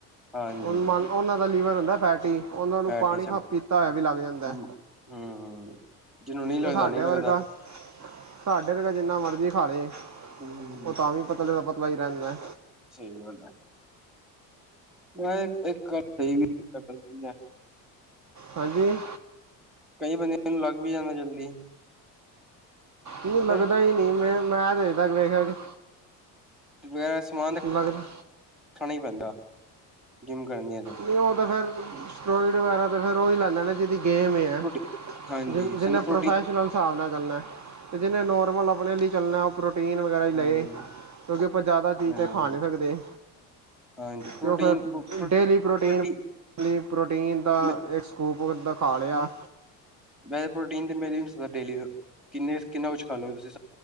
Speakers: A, in the centre; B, on the right.
A: ਹਾਂਜੀ
B: ਉਨ ਮਨ
A: ਹਾਂਜੀ
B: ਉਹਨਾਂ ਉਨਾ ਲੀਵਰ ਹੁੰਦਾ ਫੈਟੀ। ਉਹਨਾਂ ਨੂੰ
A: ਫੈਟ
B: ਪਾਣੀ
A: ਹੀ ਸਨ
B: ਖਾ - ਪੀਤਾ ਹੋਇਆ ਵੀ ਲੱਗ ਜਾਂਦਾ।
A: ਹੂੰ, <inaudible> ਜਿਹਨੂੰ ਨਹੀਂ ਲੱਗਦਾ
B: ਤੇ ਸਾਡੇ
A: ਨਹੀਂ ਲੱਗਦਾ।
B: ਵਰਗਾ--ਸਾਡੇ ਵਰਗਾ ਜਿੰਨਾ ਮਰਜ਼ੀ ਖਾਲੇ।
A: ਹੂੰ।
B: ਉਹ ਤਾਂ ਵੀ ਪਤਲੇ ਦਾ ਪਤਲਾ ਹੀ ਰਹਿੰਦੈ।
A: ਸਹੀ ਗੱਲ ਐ। ਵੈਹੇ ਇੱਕ ਗਲ ਸਹੀ ਵੀ ਗ <unintelligible>
B: ਹਾਂ, ਜੀ।
A: ਕਈ ਬੰਦਿਆਂ ਨੂੰ ਲੱਗ ਵੀ ਜਾਂਦਾ ਜਲਦੀ।
B: ਮੈਂਨੂੰ
A: ਪਰ
B: ਲੱਗਦਾ ਹੀ ਨੀ, ਮੈਂ, ਮੈਂ ਅਜੇ ਤੱਕ ਵੇਖਿਆ ਵੀ ਨੀ
A: ਜੋ ਪਿਆ ਏ ਸਮਾਨ ਤੇ,
B: ਲੱਗਦਾ
A: ਖਾਣਾ ਹੀ ਪੈਂਦਾ, ਜਿੰਮ ਕਰਨੀ ਆ ਤੇ।
B: ਅਤੇ ਉਹ ਤਾਂ ਫਿਰ, ਸਟਰਾਇਡ ਵਗੈਰਾ ਤਾਂ ਫਿਰ ਉਹ ਹੀ, ਲਾਉਂਦਾ ਨਾ ਜਿਹਦੀ ਗੇਮ ਏਨਾ
A: ਪ੍ਰੋਟੀ ਹਾਂਜੀ,
B: ਮੇਰਾ ਜਿੰਨਾ
A: ਸਾਨੂੰ ਪ੍ਰੋਟੀ
B: ਪ੍ਰੋਫਾਈਲ ਚਲਾ ਹਿਸਾਬ ਨਾਲ ਚੱਲਣਾ, ਅਤੇ ਜਿੰਨੇ ਨੋਰਮਲ ਆਪਣੇ ਲਈ ਚੱਲਣਾ, ਉਹ ਪ੍ਰੋਟੀਨ ਵਗੈਰਾ
A: ਹਾਂਜੀ,
B: ਲਏ। ਕਿਉਂਕਿ, ਆਪਾਂ ਜ਼ਿਆਦਾ ਚੀਜ਼
A: ਹਾਂਜੀ,
B: ਤੇ ਖਾ ਨਹੀਂ, ਸਕਦੇ
A: ਹਾਂਜੀ ਪ੍ਰੋਟੀਨ
B: ਅਤੇ ਫਿਰ
A: ਪ੍ਰੋਟੀਨ
B: ਡੇਲੀ ਤੇ ਪ੍ਰੋਟੀਨ ਦਾ
A: ਮ
B: ਇੱਕ ਸਕੂਪ ਓਦਾਂ ਖਾ ਰਿਹਾ
A: ਮੈਂ ਪ੍ਰੋਟੀਨ ਤੇ ਮੇਰਾ ਡੇਲੀ ਦਾ, ਕਿੰਨੇ- ਕਿੰਨਾ ਕੁਛ ਖਾ ਲਓ ਤੁਸੀਂ